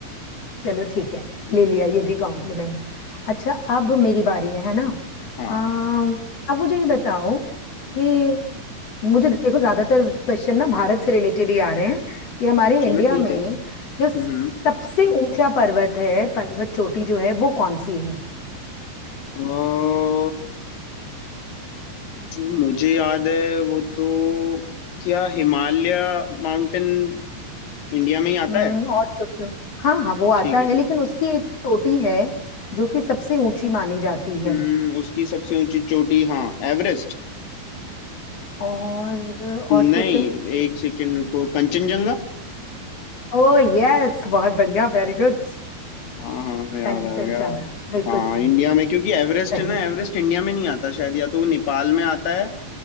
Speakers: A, on the left; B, on the left.
A: चलो ठीक है ले लिया ये भी कॉम्प्लीमेंट अच्छा अब मेरी बारी है है ना
B: हाँ
A: अम, अब मुझे ये बताओ कि मुझे देखो ज्यादातर क्वेश्चन ना भारत से रिलेटेड ही आ रहे हैं कि हमारे
B: चलो
A: इंडिया
B: ठीक
A: में
B: है हम्म
A: जो सबसे ऊंचा पर्वत है पर्वत चोटी जो है वो कौन सी है
B: अ, जो मुझे याद है वो तो क्या हिमालय माउंटेन इंडिया में ही आता
A: हम्म
B: है
A: और सोचो हाँ हाँ वो आता
B: ठीक है
A: है लेकिन उसकी एक चोटी है जो कि सबसे ऊंची मानी जाती
B: हम्म
A: है
B: उसकी सबसे ऊंची चोटी हाँ एवरेस्ट
A: और और सोचो
B: नहीं एक सेकेंड रुको कंचनजंगा
A: ओ यस बहुत बढ़िया वेरी गुड
B: हाँ हाँ याद
A: कंचन
B: आ गया
A: चांगा बिल्कुल
B: हाँ
A: ठीक
B: इंडिया में क्योंकि एवरेस्ट
A: सही
B: है ना एवरेस्ट इंडिया में नहीं आता शायद या तो वो नेपाल में आता है